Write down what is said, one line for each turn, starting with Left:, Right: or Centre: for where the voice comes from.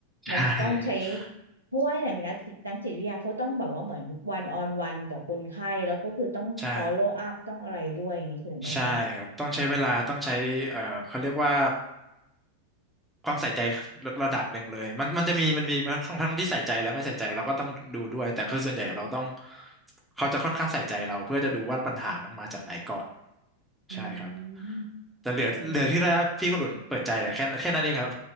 Centre: ใช่
Right: มันจะต้องใช้เพราะว่าอย่างนักจิตนักจิตวิทยาเขาต้องแบบว่าเหมือนวันออนวันกับคนไข้แล้วก็คือต้อง
Centre: ใช่
Right: follow up ต้องอะไรด้วยอย่างนี้ถูกไหมคะ
Centre: ใช่ครับต้องใช้เวลาต้องใช้เอ่อเขาเรียกว่าความใส่ใจระระดับหนึ่งเลยมันมันจะมีมันมีทั้งทั้งที่ใส่ใจและไม่ใส่ใจเราก็ต้องดูด้วยแต่คือส่วนใหญ่เราต้องเขาจะค่อนข้างใส่ใจเราเพื่อจะดูว่าปัญหามันมาจากไหนก่อน
Right: อืม
Centre: ใช่ครับแต่เหลือเหลือที่ละพี่คนอุ่นเปิดใจแหละแค่แค่นั้นเองครับ
Right: อืม